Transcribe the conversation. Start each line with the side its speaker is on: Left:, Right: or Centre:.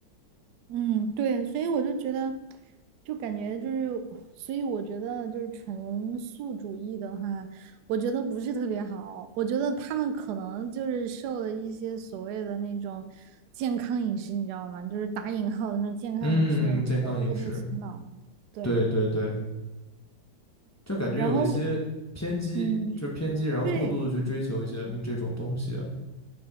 Right: 嗯，对，所以我就觉得，就感觉就是，所以我觉得就是纯素主义的话，我觉得不是特别好。我觉得他们可能就是受了一些所谓的那种健康饮食，你知道吗？就是打引号的那种健康饮食的人的过度洗脑。
Left: 嗯，健康饮食，
Right: 对，
Left: 对对对。就感觉有一些偏激，
Right: 然后我嗯，
Left: 就是偏激，然后过度的去追求一些嗯这种东西。
Right: 对，